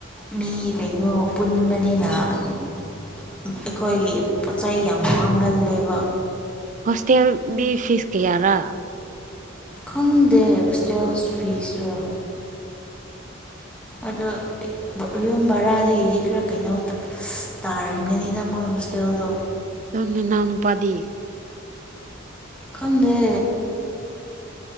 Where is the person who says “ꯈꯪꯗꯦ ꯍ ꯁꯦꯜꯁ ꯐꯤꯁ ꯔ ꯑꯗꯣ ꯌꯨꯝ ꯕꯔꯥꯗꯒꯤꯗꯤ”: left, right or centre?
Centre